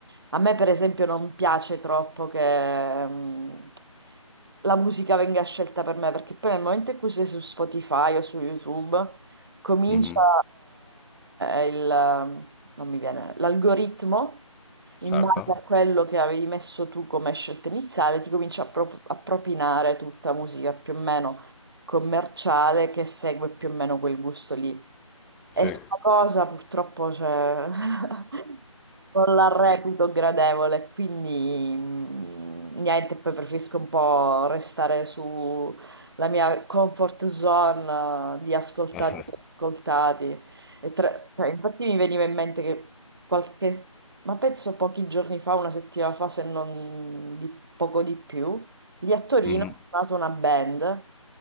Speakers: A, on the right; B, in the centre.
A: a me, per esempio, non piace troppo che mm, la musica venga scelta per me, perché poi nel momento in cui sei su Spotify o su YouTube, comincia
B: mhm,
A: eh, il, non mi viene, l'algoritmo in
B: certo,
A: base a quello che avevi messo tu come scelta iniziale, ti comincia a, pro- a propinare tutta musica più o meno commerciale che segue più o meno quel gusto lì.
B: sì.
A: E sta cosa purtroppo cioè, <laughs> non la reputo gradevole, quindi mm, niente, poi preferisco un po' restare sulla mia comfort zone eh, di ascoltati,
B: <laughs>
A: ascoltati. E tra- cioè, infatti mi veniva in mente che qualche, ma penso pochi giorni fa, una settimana fa, se non di, poco di più, lì a Torino
B: Mhm,
A: ho suonato una band